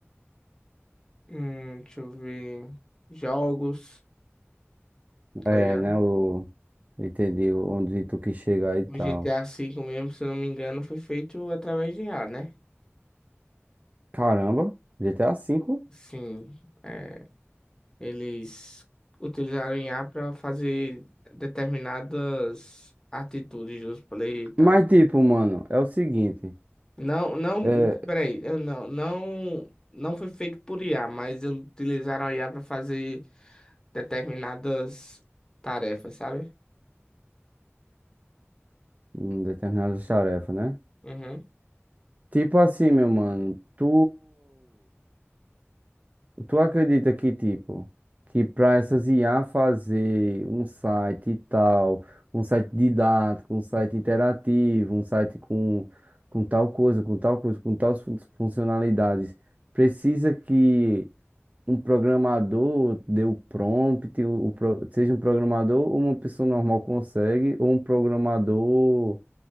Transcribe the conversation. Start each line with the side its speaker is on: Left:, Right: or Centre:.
Left: hum, deixa eu ver, jogos,
Right: É,
Left: tá ligado?
Right: né? O... Entendi onde tu quis chegar e
Left: O
Right: tal.
Left: G T A V mesmo, se eu não me engano, foi feito através de IA, né?
Right: Caramba, G T a V.
Left: Sim, é, eles utilizaram IA para fazer determinadas atitudes dos players e tal.
Right: Mas tipo, mano, é o seguinte.
Left: Não, não,
Right: É...
Left: peraí, eu não, não, não foi feito por IA, mas eles utilizaram a IA para fazer determinadas tarefas, sabe?
Right: hum, Determinadas tarefas, né?
Left: Uhum.
Right: Tipo assim, meu mano. Tu. Tu acredita que, tipo, que para essas IA fazer um site e tal, um site didático, um site interativo, um site com, com tal coisa, com tal coisa, com tais fun- funcionalidades, precisa que um programador dê o prompt, o, o pro- seja um programador ou uma pessoa normal consegue, ou um programador